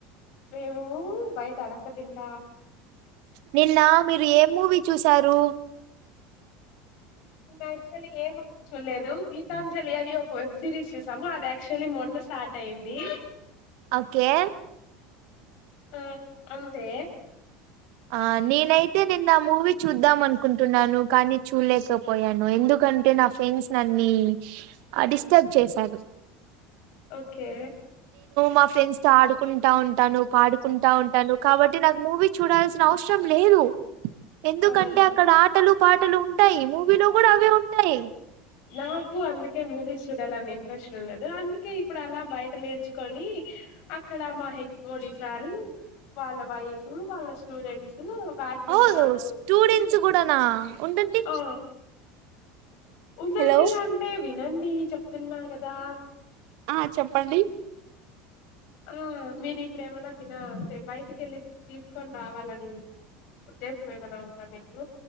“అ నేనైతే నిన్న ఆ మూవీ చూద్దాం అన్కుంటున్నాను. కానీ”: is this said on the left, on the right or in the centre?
Right